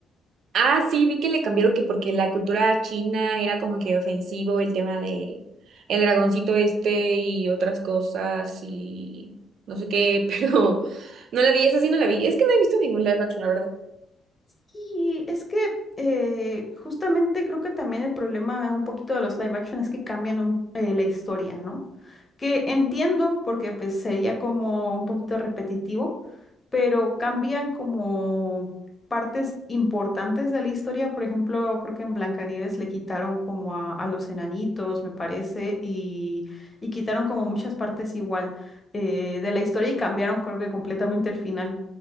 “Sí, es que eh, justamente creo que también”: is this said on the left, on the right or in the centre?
Left